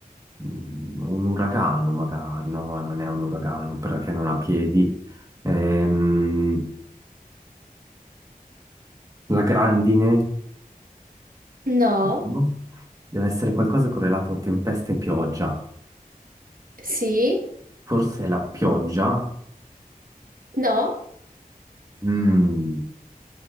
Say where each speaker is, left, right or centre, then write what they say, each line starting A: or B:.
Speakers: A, on the right (about 20°); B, on the right (about 65°).
A: mm, un uragano magari. No, non è un uragano perché non ha piedi. Ehm, La grandine
B: No.
A: no? deve essere qualcosa correlato a tempeste e pioggia.
B: Sì?
A: Forse la pioggia?
B: No?
A: Mm,